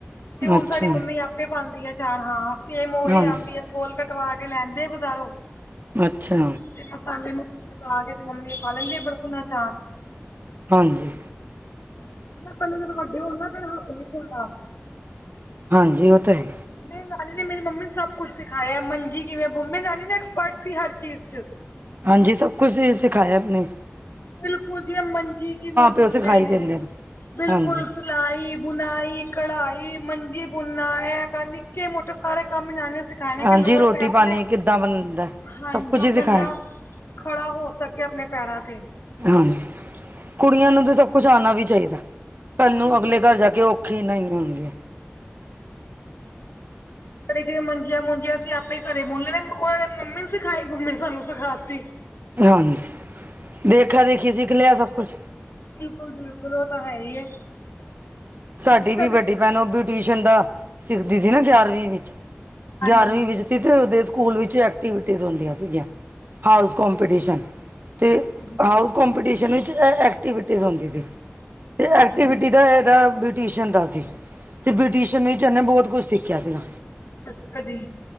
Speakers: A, on the left; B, on the right.
A: ਤੇ ਹੁਣ
B: ਅੱਛਾ,
A: ਸਾਡੀ ਮੰਮੀ ਆਪ। ਪਾਉਂਦੀ ਆ ਚਾਰ ਹਾਂ, ਸੇਮ ਉਹੀ
B: ਹਾਂਜੀ,
A: ਅੰਬ ਕੋੋਲ ਕਟਵਾ ਕੇ ਲੈਂਦੇ ਆ ਬਜ਼ਾਰੋਂ,
B: ਅੱਛਾ,
A: ਤੇ ਮਸਾਲੇ ਮਸੇ ਪਾ ਕੇ, ਤੇ ਮੰਮੀ ਪਾ ਲੈਂਦੇ ਬੜਕੁਨਾ ਚਾਰ
B: ਹਾਂਜੀ
A: ਪਹਿਲੇ ਜਦੋਂ ਵੱਡੇ ਹੋਣ ਨਾ ਫਿਰ ਬੁਲਣਾ,
B: ਹਾਂਜੀ ਉਹ ਤਾਂ ਹੈ,
A: ਮੇਰੀ ਨਾਨੀ ਨੇ ਮੇਰੀ ਮੰਮੀ ਨੂੰ ਸਭ ਕੁੱਛ ਸਿਖਾਇਆ, ਮੰਜੀ ਕਿਵੇਂ ਬ ਮੇਰੀ ਨਾਨੀ ਨੇ ਐਕਸਪਰਟ ਸੀ ਹਰ ਚੀਜ਼ ਚ
B: ਹਾਂਜੀ ਸਭ ਕੁਛ ਸਿਖਾਇਆ ਆਪ ਨੇ,
A: ਬਿਲਕੁਲ ਜੀ ਮੰਜੀ ਕਿਵੇਂ ਬੋਲਦੇ
B: ਪਿਓ ਸਿਖਾਈ
A: ਨੇ
B: ਦਿੰਦੇ
A: ਬਿਲਕੁਲ
B: ਹਾਂਜੀ
A: ਸਿਲਾਈ ਬੁਣਾਈ ਕਢਾਈ ਮੰਜੀ ਬੁਨਾ ਕਰ, ਨਿੱਕੇ ਮੋਟੇ ਸਾਰੇ ਕੰਮ ਜਾਂਦੇ ਹੁੰ ਖਾਣੇ
B: ਹਾਂਜੀ
A: ਕੀ ਲੋੜ
B: ਰੋਟੀ
A: ਪਿਆ
B: ਪਾਣੀ
A: ਕੇ ਨਾ,
B: ਕਿੱਦਾਂ ਬਣਦਾ
A: ਹਾਂਜੀ
B: ਸਭ ਕੁਝ ਹੀ ਸਿਖਾਇਆ
A: ਬੰਦਾ ਖੜਾ ਹੋ ਸਕੇ, ਆਪਣੇ ਪੈਰਾਂ ਤੇ
B: ਹਾਂਜੀ ਕੁੜੀਆਂ ਨੂੰ ਤਾਂ ਸਭ ਕੁਛ ਆਣਾ ਵੀ ਚਾਹੀਦਾ।
A: ਬਿਲਕੁਲ
B: ਕੱਲ ਨੂੰ ਅਗਲੇ
A: ਬਿਲਕੁਲ
B: ਘਰ ਜਾ ਕੇ ਔਖੀ ਨਾਈ ਆਂਦੀ।
A: ਘਰੇ ਜ ਮੰਜੀਆਂ, ਮੁਜੀਆਂ ਅਸੀਂ ਆਪੇ ਹੀ ਘਰੇ ਬੋਲਿਆ ਨੇ ਮੰਮੀ ਨੇ ਸਿਖਾਈ ਮੰਮੀ ਨੇ ਸਾਨੂੰ ਸਿਖਾ ਦਿੱਤੀ।
B: ਹਾਂਜੀ, ਦੇਖਾ ਦੇਖੀ ਸਿੱਖ ਲਿਆ ਸਭ ਕੁਛ
A: ਬਿਲਕੁਲ-ਬਿਲਕੁਲ ਉਹ ਤਾਂ ਹੈ ਹੀ ਹੈ।
B: ਸਾਡੀ
A: ਹੁਣ
B: ਵੀ
A: ਸਾਡੇ
B: ਵੱਡੀ ਭੈਣ ਬਿਊਟੀਸ਼ਨ ਦਾ ਸਿੱਖਦੀ ਸੀ ਨਾ ਗਿਆਰਵੀਂ ਵਿੱਚ,
A: ਹਾਂਜੀ
B: ਗਿਆਰਵੀਂ ਵਿੱਚ
A: ਹਾਂਜੀ
B: ਸਿੱਧ ਦੇ ਸਕੂਲ ਵਿੱਚ ਐਕਟੀਵਿਟੀਜ ਹੁੰਦੀਆਂ ਸੀਗੀਆਂ। ਹਾਊਸ ਕੰਪੀਟੀਸ਼ਨ ਅਤੇ
A: ਹਾਂਜੀ
B: ਹਾਊਜ਼ ਕਪੀਟੀਸ਼ਨ ਵਿੱਚ ਐਕਟੀਵਿਟੀਜ਼ ਹੁੰਦੀ ਸੀ, ਅਤੇ ਐਕਟੀਵਿਟੀ
A: ਹਾਂਜੀ
B: ਦਾ ਇਹਦਾ ਬ੍ਰਿਟੀਸ਼ਨ ਦਾ ਸੀ, ਅਤੇ ਬ੍ਰਿਟੀਸ਼ਨ
A: ਹਾਂਜੀ
B: ਹੀਨੇ ਬਹੁਤ ਕੁਛ ਸਿੱਖਿਆ ਸੀਗਾ।
A: ਅੱਛਾ ਜੀ।